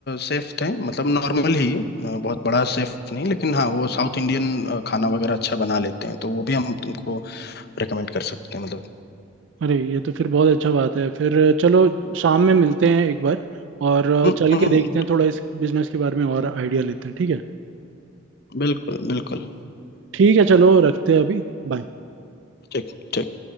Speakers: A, on the left (about 55°); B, on the right (about 70°).
A: सेफ थे मतलब नॉर्मल ही अ, बहुत बड़ा सेफ नहीं लेकिन हाँ वो साउथ इंडियन अ, खाना वगैरह अच्छा बना लेते हैं तो वो भी हम तुमको रेकमेंड कर सकते हैं मतलब
B: अरे ये तो फिर बहुत अच्छा बात है फिर चलो शाम में मिलते हैं एक बार और अ,
A: हम्म
B: चल
A: हम्म
B: के देखते
A: हम्म,
B: हैं थोड़ा इस बिजनेस के बारे में और आइडिया लेते हैं ठीक है
A: बिल्कुल बिल्कुल
B: ठीक है चलो रखते हैं अभी Bye.
A: ठीक ठीक